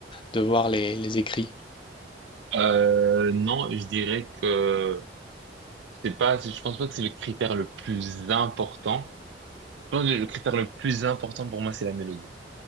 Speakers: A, on the left; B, on the right.
A: de voir les, les écrits?
B: Euh, non, je dirais que c'est pas, je pense pas que c'est le critère le plus important. Je pense que le critère le plus important pour moi, c'est la mélodie.